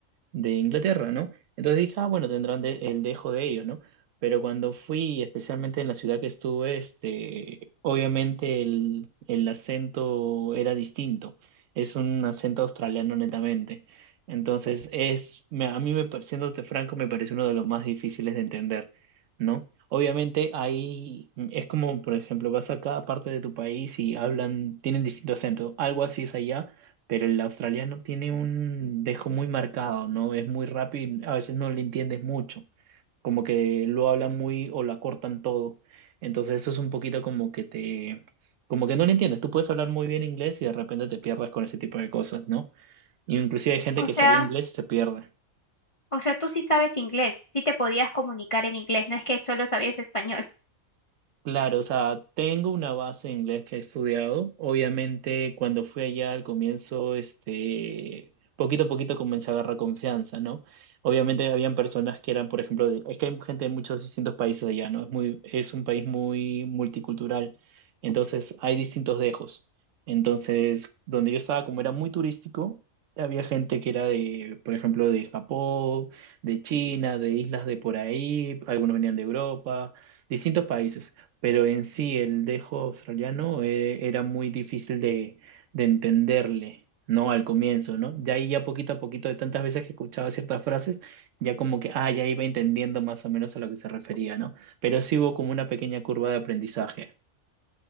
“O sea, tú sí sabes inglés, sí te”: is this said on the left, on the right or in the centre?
Left